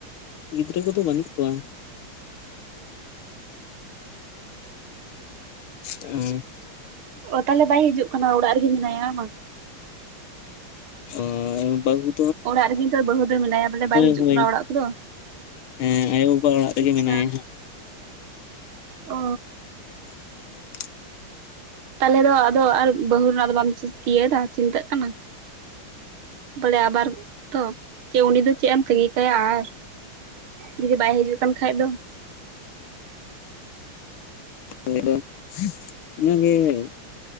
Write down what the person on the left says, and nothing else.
ᱜᱤᱫᱽᱨᱟᱹ ᱠᱚᱫᱚ ᱵᱟᱹᱱᱩᱜ ᱠᱚᱣᱟ ᱩᱸ
ᱚ ᱵᱟᱦᱩ
ᱦᱳᱭ
ᱦᱮᱸ ᱟᱭᱳᱵᱟᱵᱟ ᱚᱲᱟᱜ ᱨᱮᱜᱮ
ᱢᱮᱱᱟᱭᱟ ᱦᱟᱸᱜ
<inaudible>
ᱩᱱᱤᱫᱚ ᱚᱱᱟᱜᱮ